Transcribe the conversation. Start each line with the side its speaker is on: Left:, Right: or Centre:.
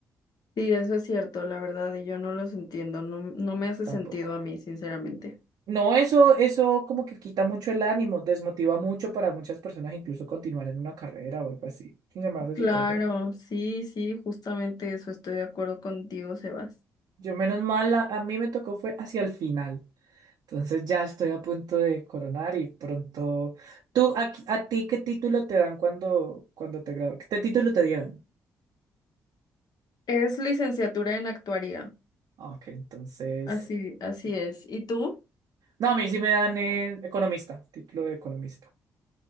Left: Sí, eso es cierto, la verdad, y yo no los entiendo, no, no me hace
Right: Tampoco.
Left: sentido a mí, sinceramente.
Right: No, eso, eso como que quita mucho el ánimo, desmotiva mucho para muchas personas incluso continuar en una carrera o algo así. Eso Se me hace
Left: Claro,
Right: súper bobo.
Left: sí, sí, justamente eso, estoy de acuerdo contigo, Sebas.
Right: Yo menos mal, a, a mí me tocó fue hacia el final. Entonces ya estoy a punto de coronar y pronto... ¿Tú, a, a ti qué título te dan cuando, cuando te gradúas? ¿Qué título te dieron?
Left: Es licenciatura en actuaría.
Right: Ah, Ok, entonces...
Left: Así, así
Right: No,
Left: es. ¿Y tú?
Right: a mí sí me dan eh, economista, título de economista.